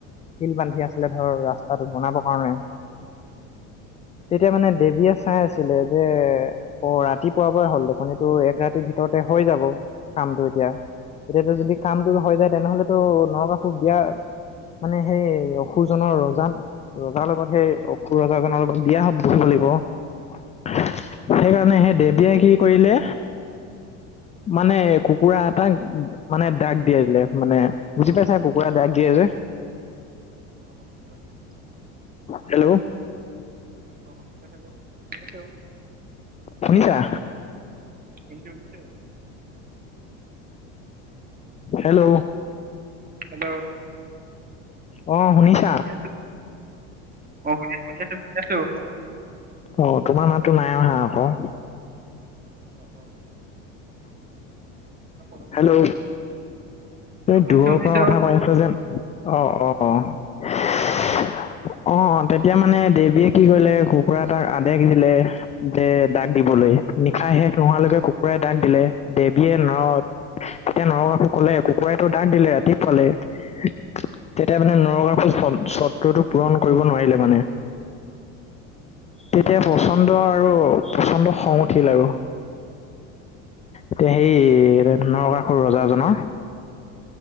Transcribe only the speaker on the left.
শিল বান্ধি আছিলে ধৰ ৰাস্তাটো বনাবৰ কাৰণে। তেতিয়া মানে দেৱীয়ে চাই আছিলে যে অ' ৰাতিপুৱাবৰে হ'ল দেখোন এইটো এক ৰাতিৰ ভিতৰতে হৈ যাব কামটো এতিয়া এতিয়া যদি কামটো হৈ যায় তেনেহ'লেতো নকাসুৰ বিয়া মানে সেই অসুৰজনৰ ৰজা, ৰজাৰ লগত সেই অসুৰ ৰজাজনৰ লগত বিয়া হ'ব। <unintelligible> সেইকাৰণে সেই দেৱীয়ে কি কৰিলে মানে কুকুৰা এটাক মানে দাক দিয়াই দিলে মানে বুজি পাইছা নাই কুকুৰাই দাক দিয়ে যে
হেল্ল'।
শুনিছা?
হেল্ল,
অ, শুনিছ
অ, তোমাৰ মাততো নাই অহা আকৌ।
হেল্ল, তই
দূৰৰ
পৰা কথা পাৰি আছ যেন অ, অ, অ, অ, তেতিয়া মানে দেৱীয়ে কি কৰিলে কুকুৰা এটাক আদেেশ দিলে। যে দাগ দিবলৈ নিশা শেষ নোহোৱালৈকে কুকুৰাই দাগ দিলে দেৱীয়ে ন তেতিয়া নৰকাসুৰ সকলে কুকুৰাইতটো দাগ দিলে ৰাতিপুৱালে তেতিয়া মানে নৰকাসুৰ চত্ৰটো পূৰণ কৰিব নোৱাৰিলে মানে। তেতিয়া পচন্দ আৰু পচন্দ খং উঠি লে আৰু। এতিয়া সেই এ, নৰকাষুৰ ৰজাজনৰ।